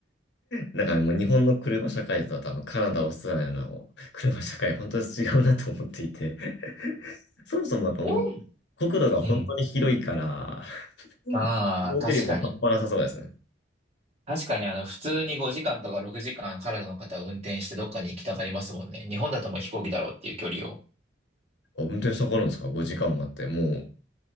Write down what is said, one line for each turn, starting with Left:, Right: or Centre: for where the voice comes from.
Left: なんかもう日本の車社会とは多分カナダ、オーストラリアの車社会、本当に違うなと思っていて。<laughs> そもそもやっぱもう、
Right: え
Left: 国土が本当に広いから、
Right: うん。
Left: うん移動距離も半端なさそうですね。
Right: ああ、確かに。確かに、あの、普通に5時間とか6時間カナダの方は運転してどっかに行きたがりますもんね。日本だともう飛行機だろうっていう距離を。
Left: あ、運転したかかるんですか ?5 時間もあって、もう、